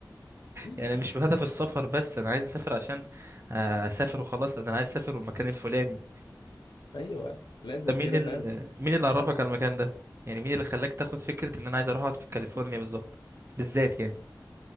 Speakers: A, on the left; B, on the right.
A: <laughs>
B: يعني مش بهدف السفر بس انا عايز اسافر عشان آه، اسافر وخلاص لان انا عايز اسافر المكان الفلاني
A: أيوه لازم
B: ده مين
A: كده
B: ال...
A: فاهم
B: مين اللي عرفك على المكان ده يعني مين اللي خلاك تاخد فكرة ان انا عايز اروح اقعد في كاليفورنيا بالظبط بالذات يعني